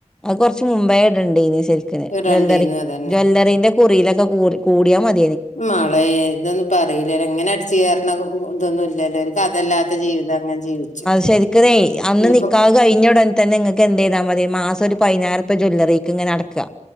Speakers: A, in the centre; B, on the left (about 85°).
A: അത് കുറച്ച് മുമ്പേ ഇടണ്ട് ഇനി ശെരിക്കിന്
B: രണ്ടീന്നും
A: ജ്വല്ലറി
B: അതന്നെ
A: ജ്വല്ലറിന്റെ കുറിയിലൊക്കെ കൂ കൂടിയാ മതി
B: മളെ ഇതൊന്നും പറയില്ലല്ലോ ഇങ്ങനെ അടച്ച് കയറണ ഇതൊന്നും ഇല്ലല്ലോ ഒരു കഥല്ലാത്ത ജീവിതം ഇതങ്ങെ ജീവിച്ചു
A: ശരിക്കനേ അന്ന്
B: ഇനിയിപ്പോ
A: നിക്കാ കഴിഞ്ഞോടൻ തന്നെ നിങ്ങക്ക് എന്ത് ചെയ്താ മതിയ മാസം ഒരു പതിനായിർപ്പ്യ ജ്വല്ലറിക്ക് ഇങ്ങനെ അടക്കുക